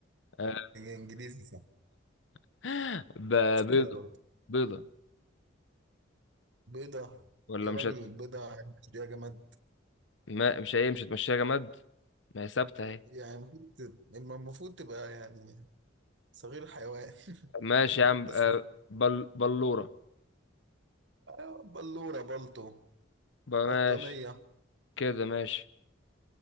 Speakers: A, on the left (about 70°); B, on the right (about 65°).
A: آه
B: إنجليزي صح
A: <gasps> <laughs> ب- بيضة
B: سهلة برضه
A: بيضة
B: بيضة
A: ولا
B: يا
A: مش
B: راجل
A: هت...
B: البيضة يعني تشتريها جماد
A: ما... مش هي مش هتمشيها جماد ما هي ثابتة اهي
B: يعني المفروض ت- المفروض تبقى يعني صغير حيوان <laughs>
A: ماشي يا عم
B: بس
A: آه بل... بلورة
B: آه، بلورة بلطو
A: بقى
B: بطانية
A: ماشي كده ماشي